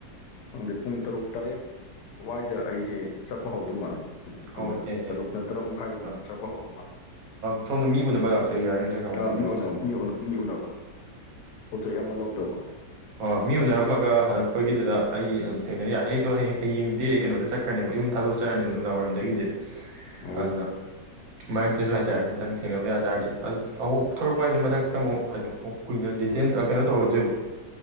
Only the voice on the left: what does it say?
ꯈꯪꯗꯦ ꯄꯨꯡ ꯇꯔꯨꯛ ꯇꯔꯦꯠ ꯑꯗꯨꯋꯥꯏꯗ ꯑꯩꯁꯦ ꯆꯠꯄ ꯍꯧꯗꯧ ꯃꯥꯜꯂꯦ
ꯈꯟꯕꯗ꯫
ꯇꯔꯨꯛꯅ ꯇꯔꯨꯛ ꯃꯈꯥꯏꯒꯨꯝꯕꯗ
ꯆꯠꯄ ꯍꯧꯗꯧ ꯃꯥꯜꯂꯤ꯫
ꯑꯥ
ꯃꯤ ꯎꯅ
ꯃꯤ ꯎꯅ ꯃꯤ ꯎꯅꯕ꯫ ꯄꯣꯠ ꯆꯩꯩ ꯑꯃ ꯂꯧꯗꯧꯕ꯫
ꯑꯣ